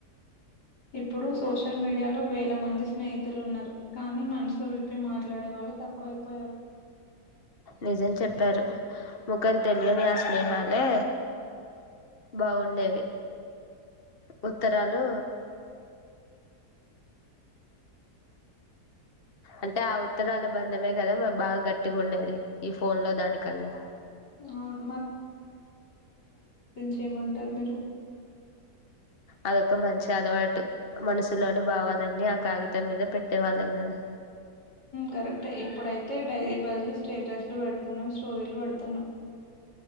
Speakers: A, on the left; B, on the left.
A: ఇప్పుడు సోషల్ మీడియాలో వేల మంది స్నేహితులు ఉన్నారు కానీ మనసు విప్పి మాట్లాడే వాళ్ళు తక్కువ అైపోయారు
B: నిజం చెప్పారు ముఖం తెలియని ఆ స్నేహాలే బాగుండేవి ఉత్తరాలు అంటే ఆ ఉత్తరాల బరి నిందమే కదా మరి బాగా గట్టిగా ఉండేది ఈ ఫోన్ లో దానికన్నా
A: అవును చేమంటారు మీరు
B: అదొక మంచి అలవాటు మనసులోని బావాల న్నీ ఆ కాగితం మీద పెట్టే వాళ్ళం కదా
A: కరెక్ట్ ఇప్పుడైతే డైరీ బదులు స్టేటస్లు పెడుతున్నాం స్టోరీలు పెడుతున్నాం